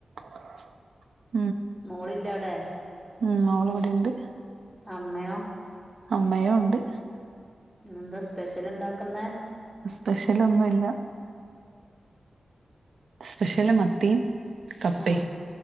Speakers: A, on the right; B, in the centre.
A: <unintelligible>
B: മോളില്ല അവിടെ
A: ഉം അവോ അടെ ഉണ്ട്
B: അമ്മയോ
A: അമ്മയോ ഉണ്ട്
B: എന്താ സ്പെഷ്യൽ ഇണ്ടാക്കുന്ന
A: സ്പെഷ്യൽ ഒന്നുംല്ല സ്പെഷ്യല് മത്തിയും കപ്പേ
B: ആ